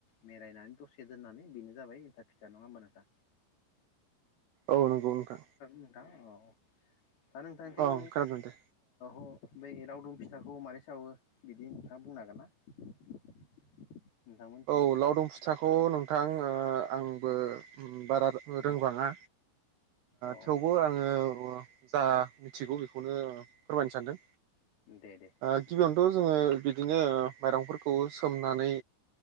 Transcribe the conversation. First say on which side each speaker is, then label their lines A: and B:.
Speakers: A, on the left; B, on the right.
A: मेरायनानै दसे दोननानै बेनो जाबाय एनथाब फिथा नङा होमबा नोंथां
B: औ नंगौ नोंथां
A: नोंथां औ खोनादो‌ं नोंथां औ <unintelligible> जोंनिथिं
B: औ खोनादों दे
A: ओ अ बै लावदुम फिथाखौ मारै सावो बिदि नोंथाङा बुंनो हागोन ना? नोंथांमोन
B: औ लावदुम फिथाखौ नोंथां ओ आंबो बारा ओ रोंबाङा
A: औ औ
B: थेवबो आङो जा मिथिगौ बेखौनो फोरमायनो सानदों।
A: दे दे
B: ओ
A: नोंथां
B: गिबियावनोथ' जोङो बिदिनो माइरंफोरखौ सोमनानै